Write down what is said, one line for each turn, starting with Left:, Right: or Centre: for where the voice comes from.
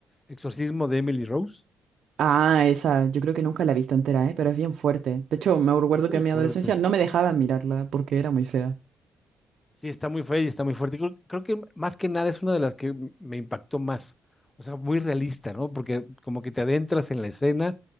Left: Exorcismo de Emily Rose.
Right: Ah, esa, yo creo que nunca la he visto entera, ¿eh? Pero es bien fuerte. De hecho, me recuerdo
Left: Muy
Right: que en
Left: fuerte
Right: mi adolescencia no me dejaban mirarla porque era muy fea.
Left: Sí, está muy fea y está muy fuerte. Creo, creo que más que nada es una de las que m- me impactó más. O sea, muy realista, ¿no? Porque como que te adentras en la escena